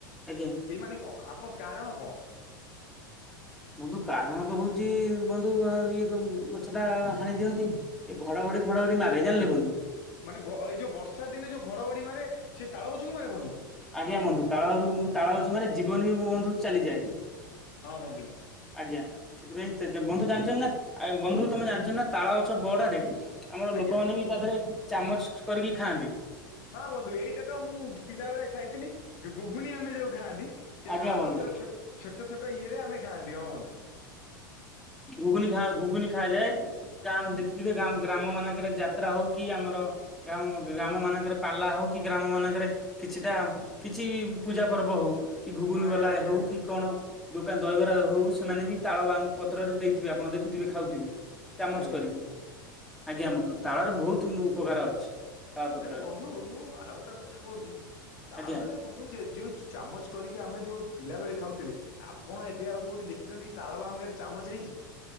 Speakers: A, in the centre; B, on the left.
A: ଆଜ୍ଞା।
B: ଏଇମାନେ କଣ, ଆପଣ କାରଣ କଣ?
A: ବନ୍ଧୁ କାରଣ ତ ହଉଚି ବନ୍ଧୁ ଇଏ, ଗଛଟା ହାଣି ଦିଅନ୍ତି। ଏ ଘଡଘଡି ଫଡଘଡି ମାରେ, ଜାଣିଲେ ବନ୍ଧୁ?
B: ମାନେ ଗ ଏଇ ଯୋଉ ବର୍ଷା ଦିନେ ଯୋଉ ଘଡ଼ଘଡ଼ି ମାରେ, ସେ ତାଳ ଗଛକୁ ମାରେ ବନ୍ଧୁ?
A: ଆଜ୍ଞା ବନ୍ଧୁ, ତାଳରୁ ତାଳଗଛକୁ ମାରେ, ଜୀବନ ବି ବନ୍ଧୁ ଚାଲିଯାଏ,
B: ହଁ ବନ୍ଧୁ।
A: ଆଜ୍ଞା, ସେଥିପାଇଁ ବନ୍ଧୁ ଜାଣିଚନ୍ତି ନା ଆଏ ବନ୍ଧୁ ତମେ ଜାଣିଚନା ତାଳଗଛ ବଅଡାରେ, ଆମର
B: ଆଜ୍ଞା
A: ଲୋକମାନେବି ତାଦେହରେ ଚାମଚ୍ କରିକି ଖାଆନ୍ତି।
B: ହଁ ବନ୍ଧୁ ଏଇଟାତ ମୁଁ ପିଲାବେଳେ ଖାଇଥିଲି, ଯୋଉ ଗୁଗୁନି ଆମେ ଯୋଉ ଖାଆନ୍ତି ସେ
A: ଆଜ୍ଞା
B: ତାଳଗଛର
A: ବନ୍ଧୁ
B: ଛୋଟ ଛୋଟ ଇଏରେ ଆମେ ଖାଆନ୍ତି, ହଁ ବନ୍ଧୁ
A: ଘୁଗୁନି ଖା ଘୁଗୁନି ଖାଆଯାଏ। ଯାହା ଆମ ଦେଖିଥିବେ, ଗାଁ ଗ୍ରାମ ମାନଙ୍କରେ ଯାତ୍ରା ହଉକି ଆମର ଗ୍ରାମ ଗ୍ରାମ ମାନଙ୍କରେ ପାଲା ହଉ କି, ଗ୍ରାମ ମାନଙ୍କରେ କିଛିଟା, କିଛି ପୂଜା ପର୍ବ ହଉ କି ଘୁଗୁନ
B: ହଁ
A: ବାଲା
B: ଆଜ୍ଞା
A: ହଉ
B: ଆଜ୍ଞା
A: କି କଣ, ଦୋକାନ ଦହିବରା ହଉ, ସେମାନେ ବି ତାଳବାହୁ ପତ୍ରରେ ଦେଇଥିବେ ଆପଣ ଦେଖୁଥିବେ, ଖାଉଥିବେ ଚାମଚ
B: ଆଜ୍ଞା
A: କରିକି, ଆଜ୍ଞା ଆମକୁ ତାଳରେ ବହୁତ୍ ଉପକାର ଅଛି। ତାଳ ପତ୍ରରେ
B: ତାହେଲେ ବନ୍ଧୁ ମୁଁ ଆଉ ଗୋଟେ କଥା କହୁଚି, ତାଳରେ
A: ଆଜ୍ଞା।
B: ବନ୍ଧୁ ଯେ ଯେଉଁ ଚାମଚ୍ କରିକି ଆମେ ଯୋଉ ପିଲାବେଳେ ଖାଉଥିଲେ ଆପଣ ଏବେ ଆଉ କୋଉଠି ଦେଖିଚନ୍ତିକି, ତାଳ ବାହୁଙ୍ଗାରେ ଚାମଚ୍ ହେଇଚି?